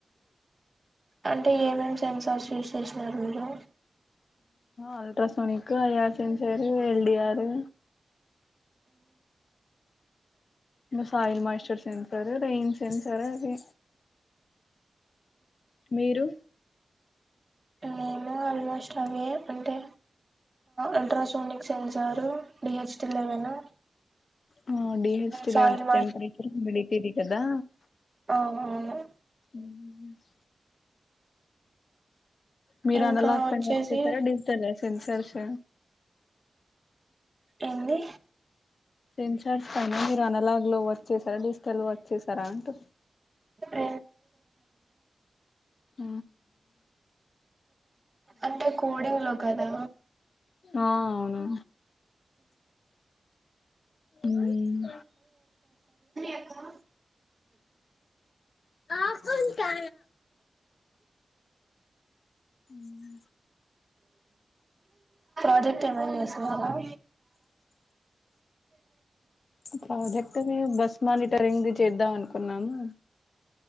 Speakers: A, on the right (about 40°); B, on the left (about 65°).
A: అంటే ఏమేం సెన్సార్స్ యూస్ చేసినారు మీరు
B: ultrasonic IR sensor LDR soil moisture sensor rain sensor అది మీరు
A: మేము ఆల్మోస్ట్ అవే అంటే అల్ట్రాసోనిక్స్ సెన్సర్ డిహెచ్డి లెవెన్
B: ఆ డహేచ్టీ ఎలావెన్
A: సాయిల్
B: టెంపరేచర్ మడితది కదా
A: ఆ అవును
B: ఉహుమ్ మీరు
A: ఇంకా
B: అన్లాక్ పని
A: వచ్చేసి
B: వచ్చేసారా డిజిటల్ సెన్సర్స్
A: ఏంది
B: సెన్సార్జ పైన మీరు అనలాగ్ లో వచ్చేసారా డిజిటల్ వచ్చేసారా అంటు
A: ఎ
B: ఆ
A: అంటే కోడింగ్ లో కాదా
B: ఆ అవును మ్మ్
A: ఎక్కడ
B: ఆ కొ కా అవునా
A: అదటే మన్ సువాల
B: ప్రాజెక్ట్ది బస్ మానిటరింగ్ చేద్దాం అనుకున్నాను